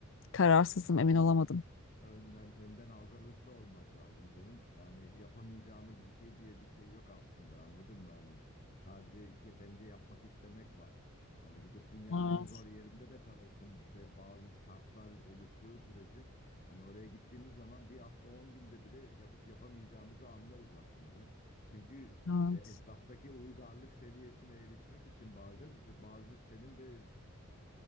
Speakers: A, on the left; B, on the left.
A: Kararsızım,
B: Ya
A: emin
B: ön-
A: olamadım.
B: Önden önden hazırlıklı olmak lazım canım. Yani yapamayacağımız bir şey diye bir şey yok aslında. Anladın mı? Hani sadece yeterince yapmak istemek var. Hani gidip dünyanın
A: Evet,
B: en zor yerinde de kalırsın. Be- Bazı şartlar oluştuğu sürece hani oraya gittiğimiz zaman bir hafta 10 günde bile yapıp yapamayacağımızı anlarız aslında. Çünkü
A: evet,
B: e, etraftaki uygarlık seviyesine erişmek için bazen e, bazı senin de